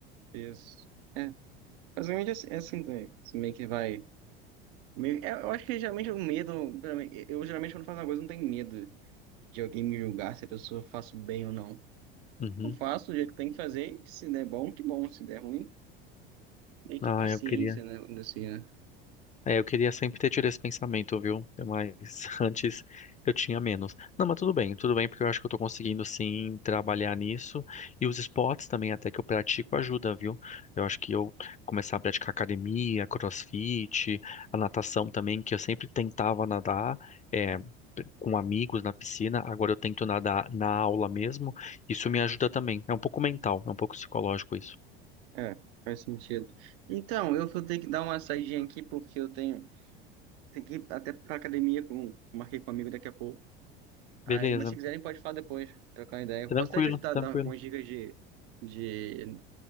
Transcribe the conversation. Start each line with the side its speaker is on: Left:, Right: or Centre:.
Right: Isso. É, basicamente é assim, é assim também. Você meio que vai. meio- Eu eu acho que geralmente o medo. pelo menos, Eu geralmente quando faço uma coisa eu não tenho medo. de alguém me julgar se a pessoa faço bem ou não.
Left: Uhum.
Right: Eu faço do jeito que tem que fazer, e se der bom, que bom, se der ruim, nem que
Left: Ah,
Right: paciência,
Left: eu queria.
Right: né? Vamos dizer assim, né?
Left: É, eu queria sempre ter tido esse pensamento, viu? Mas <laughs> antes eu tinha menos. Não, mas tudo bem, tudo bem, porque eu acho que eu tô conseguindo sim trabalhar nisso. E os esportes também, até que eu pratico, ajuda, viu? Eu acho que eu começar a praticar academia, crossfit, a natação também, que eu sempre tentava nadar, é, com amigos na piscina, agora eu tento nadar na aula mesmo. Isso me ajuda também. É um pouco mental, é um pouco psicológico isso.
Right: É, faz sentido. Então, eu vou ter que dar uma saidinha aqui, porque eu tenho, tenho que ir até pra academia, com, marquei com um amigo daqui a pouco. Aí,
Left: Beleza,
Right: mas se quiserem, pode falar depois, trocar uma ideia. Eu
Left: tranquilo,
Right: posso até te ajudar,
Left: tranquilo.
Right: dar algumas dicas de, de